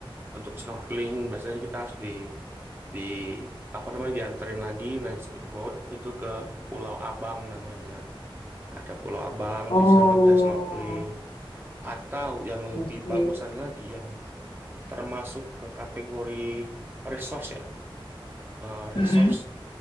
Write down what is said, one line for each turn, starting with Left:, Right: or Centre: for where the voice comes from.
Right: untuk snorkeling biasanya kita harus di di apa namanya dianterin lagi naik speedboat itu ke Pulau Abang namanya ada Pulau Abang
Left: Oh,
Right: di sana bisa snorkeling atau yang
Left: oke,
Right: lebih bagusan lagi yang termasuk ke kategori resource ya eh, resource
Left: mm-mm.